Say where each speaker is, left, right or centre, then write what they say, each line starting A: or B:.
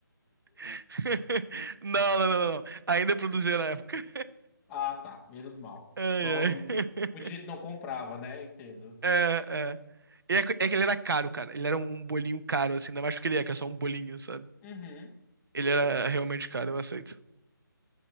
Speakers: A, on the right; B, in the centre.
A: <laughs> Não, não, não, não. Ainda produzia na época.
B: Ah, tá. Menos mal.
A: Ai,
B: Só
A: ai.
B: n-
A: <laughs>
B: muita gente não comprava, né? Entendo.
A: É, é. E É que é que ele era caro, cara. Ele era um um bolinho caro, assim, ainda mais porque ele é, que é só um bolinho, sabe?
B: Uhum.
A: Ele era realmente caro, eu aceito.